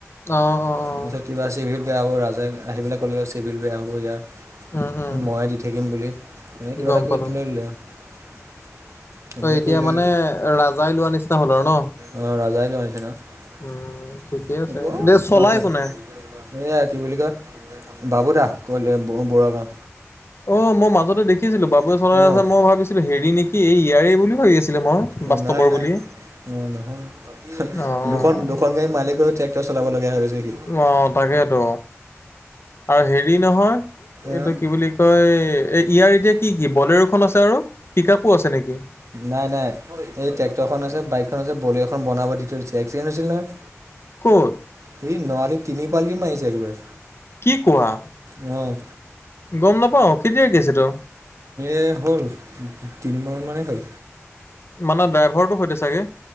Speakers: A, on the left; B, on the right.
A: অ', অ', অ', অ'।
B: তাৰপিছত কিবা চিভিল বেয়া হ'ব ৰাজাই আহি পেলাই ক'লে চিভিল বেয়া হ'ব ইয়াৰ।
A: উম। উম,
B: ময়ে দি থাকিম বুলি, মানে কিবা
A: গম
B: এটা কৰি
A: পালোঁ।
B: লৈ ল'লে আৰু। তেনেকৈ
A: অ', এতিয়া
B: কৰি লৈ
A: মানে ৰাজাই লোৱা নিচিনা হ'ল আৰু ন।
B: অ', ৰাজাই লোৱা হৈছে ন,
A: উম, ঠিকে আছে।
B: হ'ব <unintelligible>
A: এতিয়া চলাই কোনে?
B: এইয়া কি বুলি কয়, বাবু দা <unintelligible> বুঢ়াগাওঁ।
A: অ', মই মাজতে দেখিছিলোঁ বাবুৱে
B: গাঁও
A: চলাই আছে মই ভাবিছিলোঁ হেৰি নেকি এই ইয়াৰেই বুলি ভাবি আছিলোঁ। মই
B: অ',
A: বাস্তৱৰ
B: নাই-নাই
A: বুলি।
B: অ', নহয়
A: অ',
B: দুখন-দুখন গাড়ী মালিক হৈ টেক্টৰ চলাব লগিয়া হৈ গৈছে। সি।
A: অ', তাকেইতো। আৰু হেৰি নহয়, এইটো
B: অ',
A: কি বুলি কয় এই ইয়াৰ এতিয়া কি-কি বলেৰোখন আছে আৰু পিক আপো আছে নেকি?
B: নাই-নাই। এই ট্ৰেক্টৰখন আছে বাইকখন আছে বলেৰো এখন বনাব দি থৈছে একছেন্স হৈছিল নহয়?
A: ক'ত?
B: সি নুৱাৰালি তিনি পালটি মাৰিছে একবাৰে।
A: কি কোৱা?
B: অ'।
A: গম নাপাওঁ, কেতিয়া কেছ এইতো?
B: এ হ'ল, তিনিমাহ মানেই হ'ল।
A: মানে ড্ৰাইভৰটো সৈতে চাগে?